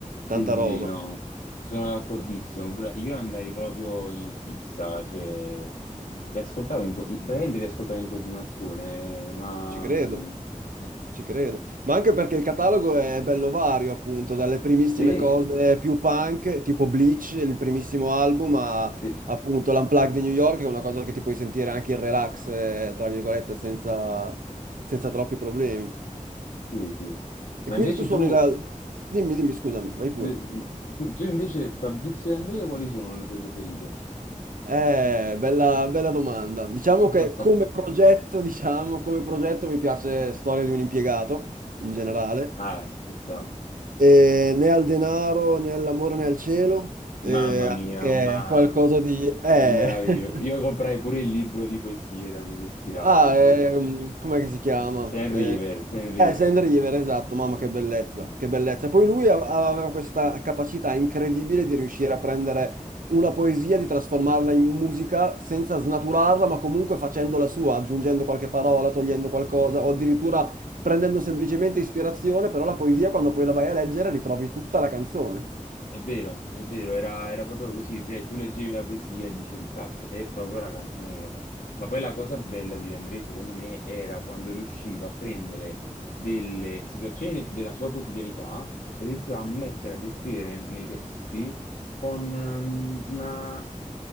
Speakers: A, on the right; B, on the left.
A: tanta
B: sì, sì,
A: roba.
B: sì, no, sono d'accordissimo. Pure Io andai proprio in fissa, cioè, li ascoltavo in, co- praticamente li ascoltavo in continuazione, ma...
A: Ci credo.
B: mm, mm,
A: Ci credo, ma anche perché il catalogo è bello vario, appunto, dalle primissime
B: sì,
A: cose più punk, tipo Bleach, il primissimo album, a
B: Sì,
A: appunto l'Unplugged di New York, che è una cosa che ti puoi sentire anche in relax, eh, tra virgolette, senza, senza troppi problemi.
B: sì, sì. Ma
A: E quindi
B: invece
A: tu
B: tu,
A: suoni la... Dimmi, dimmi, scusami, vai pure.
B: eh, tu invece Fabrizio e Andrea, quali sono le tue preferite?
A: Eh, bella, bella domanda. Diciamo
B: <laughs>
A: che come progetto, <laughs> diciamo, come progetto mi piace Storia di un impiegato in generale,
B: Ah, ci sta.
A: eh, né al denaro, né all'amore, né al cielo, eh,
B: Mamma mia,
A: che
B: mamma,
A: è qualcosa di... Eh.
B: è meraviglioso.
A: <laughs>
B: Io comprai pure il libro di poesie da cui si è ispirato,
A: Ah,
B: bellissimo.
A: ehm, com'è che si chiama?
B: Saint
A: Eh,
B: River, Saint
A: eh,
B: River.
A: Sand River, esatto, mamma
B: Sì.
A: che bellezza, che bellezza. Poi lui av- aveva questa capacità incredibile di riuscire a prendere una poesia, di trasformarla in musica senza snaturarla, ma comunque facendola sua, aggiungendo qualche parola, togliendo qualcosa, o addirittura prendendo semplicemente ispirazione, però la poesia quando poi la vai a leggere ritrovi tutta la canzone.
B: È vero, è vero, era, era proprio così, cioè tu leggevi la poesia e dicevi cazzo, è proprio la canzone che fa. Ma poi la cosa bella di De André, secondo me, era quando riusciva a prendere delle situazioni della sua quotidianità, riusciva a mettere, a descrivere nei testi con ehm, una,